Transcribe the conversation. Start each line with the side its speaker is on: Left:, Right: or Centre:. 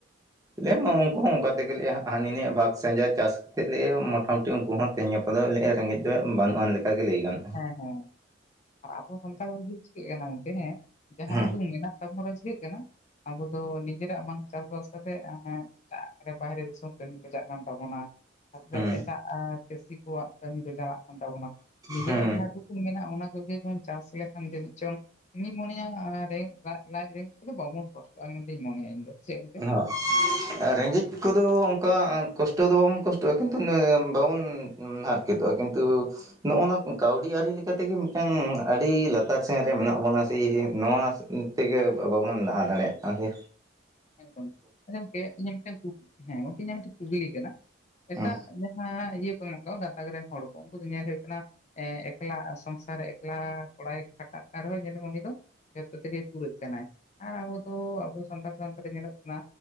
Right: ᱫᱮᱱ ᱢᱟ ᱩᱱᱠᱩ ᱦᱚᱸ ᱚᱝᱠᱟ ᱛᱮᱜᱮᱞᱮ ᱦᱟᱱᱤ ᱱᱤᱭᱟᱹᱟᱜ ᱵᱷᱟᱜᱽ ᱥᱮᱸᱡᱟ ᱪᱟᱥ ᱛᱮᱫ ᱞᱟᱹᱭᱟ ᱢᱚᱴᱟᱢᱩᱴᱤ ᱩᱱᱠᱩ ᱦᱚᱸ ᱛᱮᱦᱮᱧ ᱜᱟᱯᱟ ᱫᱚ ᱞᱟᱹᱭ ᱨᱮᱸᱜᱮᱡ ᱫᱚ ᱵᱟᱹᱱᱩᱜ ᱟᱱ ᱞᱮᱠᱟᱜᱮ ᱞᱟᱹᱭ ᱜᱟᱱᱚᱜ᱾
Left: ᱦᱮᱸ ᱦᱮᱸ ᱟᱨ ᱟᱵᱚ ᱥᱟᱱᱛᱟᱲ ᱜᱚᱢᱠᱮ ᱪᱤᱠᱟᱹᱜ ᱠᱟᱱᱟ ᱮᱱᱛᱮ ᱦᱮᱸ ᱡᱟᱦᱟᱸ
Right: ᱦᱮᱸ
Left: ᱩᱰᱩᱠ ᱢᱮᱱᱟᱜ ᱛᱟᱨᱯᱚᱨᱮ ᱪᱤᱠᱟᱹᱜ ᱠᱟᱱᱟ, ᱟᱵᱚ ᱫᱚ ᱱᱤᱡᱮᱨᱟᱜ ᱵᱟᱝ ᱪᱟᱥ-ᱵᱟᱥ ᱠᱟᱛᱮᱜ ᱦᱟᱸᱱᱮ ᱮᱴᱟᱜ ᱟᱜ ᱨᱮ ᱵᱟᱦᱨᱮ ᱫᱤᱥᱚᱢ ᱠᱟᱹᱢᱤ ᱠᱚ ᱪᱟᱜᱠᱟᱱ ᱛᱟᱵᱚᱱᱟ, ᱛᱟᱯᱚᱨᱮ
Right: ᱦᱮᱸ
Left: ᱮᱴᱟᱜ ᱪᱟᱹᱥᱤ ᱠᱚᱣᱟᱜ ᱠᱟᱹᱢᱤ ᱠᱚ ᱪᱟᱞᱟᱜ ᱠᱟᱱ ᱛᱟᱵᱚᱱᱟ᱾ ᱱᱤᱡᱮᱨᱟᱜ
Right: ᱦᱮᱸ
Left: ᱡᱟᱦᱟᱸ ᱴᱩᱠᱩ ᱢᱮᱱᱟᱜᱼᱟ ᱚᱱᱟ ᱠᱚᱜᱮ ᱵᱚᱱ ᱪᱟᱥ ᱞᱮᱠᱷᱟᱱ ᱡᱟᱹᱱᱤᱡ ᱪᱚᱝ ᱤᱧ ᱫᱩᱧ ᱢᱚᱱᱮᱭᱟ ᱨᱮ ᱞᱟᱡ ᱨᱮ ᱛᱮᱫᱚ ᱵᱟᱵᱚᱱ ᱠᱚᱥᱴᱚᱜᱼᱟ ᱢᱮᱱᱛᱮᱧ ᱢᱚᱱᱮᱭᱟ ᱤᱧᱫᱚ ᱪᱮᱫ ᱜᱚᱢᱠᱮ?
Right: ᱦᱚᱸ ᱨᱮᱸᱜᱮᱡ ᱠᱚᱫᱚ ᱚᱝᱠᱟ ᱠᱚᱥᱴᱚ ᱫᱚ ᱵᱟᱵᱚᱱ ᱠᱚᱥᱴᱚᱜᱼᱟ ᱠᱤᱱᱛᱩ ᱟᱹ ᱵᱟᱵᱚᱱ ᱦᱟᱨᱠᱮᱛ ᱛᱚᱜᱼᱟ ᱠᱤᱱᱛᱩ ᱱᱚᱜ-ᱱᱚᱣᱟ ᱠᱟᱹᱣᱰᱤ ᱟᱹᱨᱤ ᱞᱮᱠᱟ ᱛᱮᱜᱮ ᱢᱤᱫᱴᱟᱱ ᱟᱹᱰᱤ ᱞᱟᱛᱟᱨ ᱥᱮᱱ ᱨᱮ ᱢᱮᱱᱟᱜ ᱵᱚᱱᱟ ᱥᱮ ᱤᱭᱟᱹ ᱱᱚᱣᱟ ᱛᱮᱜᱮ ᱵᱟᱵᱚᱱ ᱞᱟᱦᱟ ᱫᱟᱲᱮᱭᱟᱜᱼᱟ᱾
Left: ᱮᱠᱫᱚᱢ ᱟ ᱜᱚᱝᱠᱮ ᱤᱧᱟᱹᱜ ᱢᱤᱫᱴᱮᱱ ᱠᱩᱠᱞᱤ ᱦᱮᱸ ᱜᱚᱝᱠᱮ ᱤᱧᱟᱹᱜ ᱢᱤᱫᱴᱮᱱ ᱠᱩᱠᱞᱤ ᱠᱟᱱᱟ ᱮᱴᱟᱜ
Right: ᱦᱮᱸ
Left: ᱡᱟᱦᱟᱸ ᱤᱭᱟᱹ ᱠᱚ ᱢᱮᱱᱟᱜ ᱠᱚᱣᱟ ᱜᱟᱛᱟᱠ ᱨᱮᱱ ᱦᱚᱲ ᱠᱚ ᱩᱱᱠᱩ ᱫᱚ ᱧᱮᱞ ᱦᱩᱭᱩᱜ ᱠᱟᱱᱟ ᱮ ᱮᱠᱞᱟ ᱥᱚᱝᱥᱟᱨ ᱨᱮ ᱮᱠᱞᱟ ᱠᱚᱲᱟᱭ ᱠᱷᱟᱴᱟᱜ ᱠᱟᱱ ᱨᱮᱦᱚᱭ ᱧᱮᱞᱮ ᱢᱮ ᱩᱱᱤ ᱫᱚ ᱡᱷᱚᱛᱚ ᱛᱮᱜᱮᱭ ᱯᱩᱨᱟᱹᱜ ᱠᱟᱱᱟᱭ, ᱟᱨ ᱟᱵᱚ ᱫᱚ ᱟᱵᱚ ᱥᱟᱱᱛᱟᱲ ᱥᱟᱱᱛᱟᱲ ᱨᱮ ᱧᱮᱞᱚᱜ ᱠᱟᱱᱟ